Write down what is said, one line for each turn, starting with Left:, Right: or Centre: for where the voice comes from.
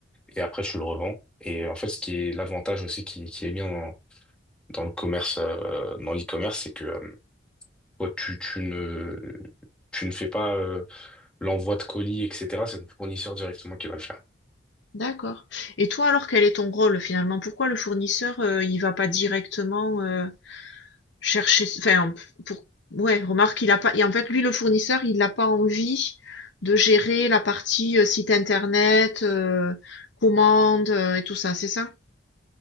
Centre: Et après, tu le revends. Et en fait, ce qui est l'avantage aussi qui, qui est bien dans, dans le commerce, euh, dans l'e-commerce, c'est que euh, toi, tu, tu ne, tu ne fais pas euh, l'envoi de colis, etc. C'est ton fournisseur directement qui va le faire.
Left: d'accord. Et toi alors, quel est ton rôle finalement? Pourquoi le fournisseur euh, il va pas directement euh, chercher, enfin p- pour, ouais, remarque il a pas. Et en fait, lui le fournisseur il n'a pas envie de gérer la partie euh, site internet, euh, commande euh, et tout ça, c'est ça?